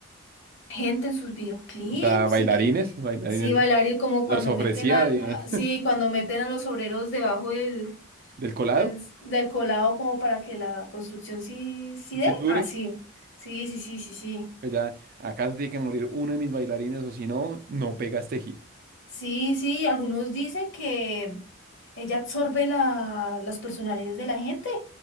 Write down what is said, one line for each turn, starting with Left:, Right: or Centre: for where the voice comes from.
Left: gente en sus videoclips
Right: o sea, bailarines,
Left: y que
Right: bailarines.
Left: sí, bailar y como cuando
Right: Los ofrecía
Left: meten al,
Right: de,
Left: a- sí, cuando meten a los obreros debajo del,
Right: <laughs> del colado,
Left: del, del colado como para que la construcción sí, sí
Right: si
Left: dé.
Right: dure.
Left: Ah, sí, sí, sí, sí, sí, sí.
Right: pues Ya, acá se tiene que morir uno de mis bailarines o si no, no pega este hit.
Left: Sí, sí, algunos dicen que ella absorbe la, las personalidades de la gente.